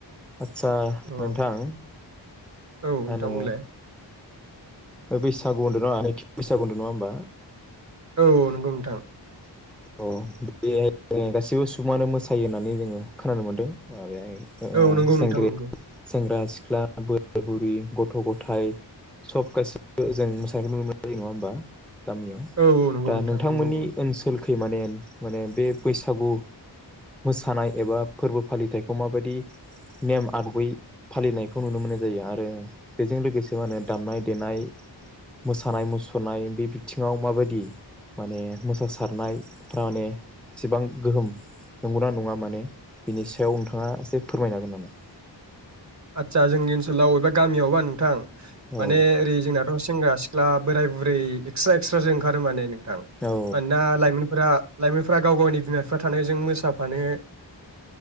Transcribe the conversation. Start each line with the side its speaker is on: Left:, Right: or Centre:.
Centre: आदसा
Right: औ
Centre: नोंथां
Right: औ नोंथां
Centre: आनो
Right: बुंलाय
Centre: बैसागु होनदो न' नैथि बैसागु होनदो नङा होनोमबा?
Right: औ नंगौ नोंथां।
Centre: अह, बेहाय गासैबो सुबुङानो मोसायो होननानै जोङो खोनानो मोनदों । बेहाय ओ ओ
Right: औ नंगौ
Centre: सेंग्रि
Right: नोंथां नंगौ
Centre: सेंग्रा सिख्ला बोराइ बुरै गथ' गथाय सब गासि जों मोसानायखौ नुनो मोननाय जायो नङा होमबा गामियाव।
Right: औ औ नंगौ
Centre: दा
Right: नोंथां
Centre: नोंथांमोननि
Right: नंगौ औ
Centre: ओनसोल खै माने माने बे बैसागु मोसानाय एबा फोरबो फालिथायखौ माबायदि नेम आदबै फालिनायखौ नुनो मोननाय जायो आरो बेजों लोगोसे माने दामनाय देनाय मोसानाय मुसुरनाय बे बिथिङाव माबायदि माने मोसासारनायफ्रा माने एसेबां गोहोम नंगौ ना नङा माने बिनि सायाव नोंथाङा एसे फोरमायनो हागोन नामा?
Right: आदसा जोंनि ओनसोलाव एबा गामियावबा नोंथां
Centre: औ
Right: माने ओरै जोंनाथ' सेंग्रा सि ख्ला बोराय बुरै एक्सट्रा एक्सट्रासो ओंखारो माने नोंथां।
Centre: औ
Right: मानोना लाइमोनफोरा लाइमोनफ्रा गाव गावनि बिमा बिफा थानायजों मोसाफानो